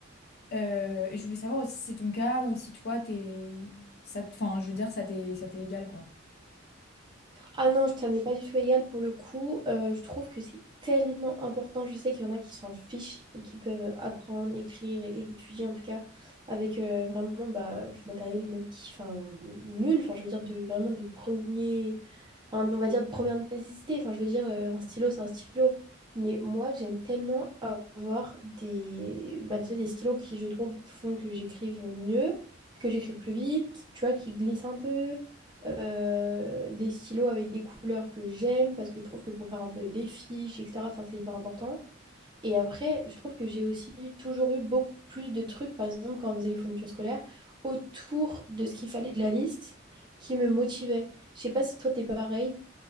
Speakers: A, on the left (about 55°); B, on the right (about 25°).
A: euh, et je voulais savoir aussi si c'est ton cas ou si toi t'es ça te- enfin je veux dire ça t'est ça t'est égal quoi.
B: Ah non, ça m'est pas du tout égal pour le coup. Euh, je trouve que c'est tellement important. Je sais qu'il y en a qui s'en fichent et qui peuvent apprendre, écrire et étudier en tout cas avec euh, vraiment bah, du matériel même qui, enfin, nul. Enfin, je veux dire de vraiment de premier, enfin, on va dire de première nécessité. Enfin, je veux dire, euh, un stylo, c'est un stylo. Mais moi, j'aime tellement avoir des, bah, tu sais, des stylos qui, je trouve, font que j'écrive mieux, que j'écrive plus vite, tu vois, qui glissent un peu. Euh, des stylos avec des couleurs que j'aime, parce que je trouve que pour faire un peu des fiches, etc., enfin, c'est hyper important. Et après, je trouve que j'ai aussi toujours eu beaucoup plus de trucs, par exemple, quand on faisait les fournitures scolaires, autour de ce qu'il fallait de la liste qui me motivait. Je sais pas si toi, t'es pareil.